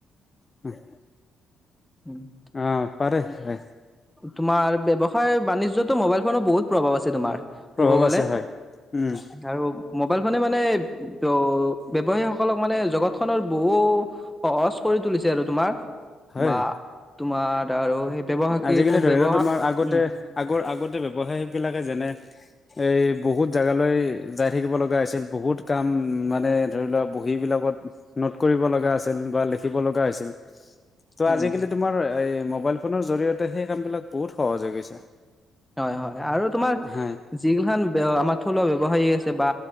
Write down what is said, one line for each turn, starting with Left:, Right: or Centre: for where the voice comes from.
Left: হয়।
Centre: উম'।
Left: অ', পাৰে হয় <unintelligible>
Centre: তোমাৰ ব্যৱসায় বাণিজ্য মোবাইল ফোনৰ বহুত প্ৰভাৱ আছে তোমাৰ
Left: প্ৰভাৱ
Centre: ক'ব গলে
Left: আছে হয় উম
Centre: আৰু মোবাইল ফোনে মানে ব্যৱসায়ীসকলক মানে জগত খনৰ বহু সহজ কৰি তুলিছে আৰু তোমাৰ
Left: হয়
Centre: বা তোমাৰ আৰু সেই ব্যৱসায়ী
Left: আজিকালি ধৰি
Centre: ব্যৱহাৰ
Left: লওঁ তোমাৰ আগতে
Centre: উম
Left: আগৰ আগতে ব্যৱসায় বিলাকে যেনে এই বহুত জাগালৈ যাই থাকিব লগা হৈছিল বহুত কাম মানে ধৰি লোৱা বহী বিলাকত নোট কৰিব লগা আছিল বা লিখিব লগা হৈছিল ত'
Centre: উম
Left: আজিকালি তোমাৰ এই মোবাইল ফোনৰ জৰিয়তে সেই কাম বিলাক বহুত সহজ হৈ গৈছে।
Centre: হয়, হয় আৰু তোমাৰ
Left: হয়
Centre: যিগিলাখান আমাৰ থলুৱা ব্যৱসায়ী আছে বা